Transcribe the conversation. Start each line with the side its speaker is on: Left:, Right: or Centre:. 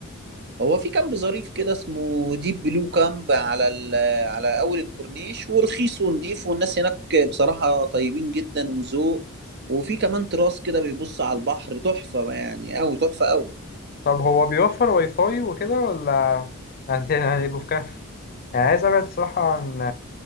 Right: هو في كامب ظريف كده اسمه ديب بلو كامب على ال- على اول الكورنيش ورخيص ونضيف والناس هناك بصراحة طيبين جدا وذوق وفي كمان تراس كده بيبص على البحر تحفة يعني قوي تحفة قوي
Left: طب هو بيوفر واي فاي وكده ولا هت- هنبقوا <laughs> في كهف يعني عايز ابعد الصراحه عن